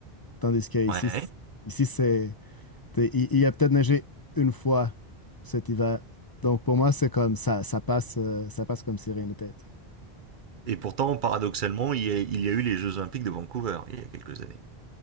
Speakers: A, on the left (about 25°); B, on the right (about 55°).
A: tandis que ici,
B: Ouais.
A: c- ici c'est, tu sais, il, il a peut-être neigé une fois cet hiver. Donc, pour moi, c'est comme ça, ça passe, euh, ça passe comme si rien n'était.
B: Et pourtant, paradoxalement, il y a, il y a eu les Jeux Olympiques de Vancouver il y a quelques années.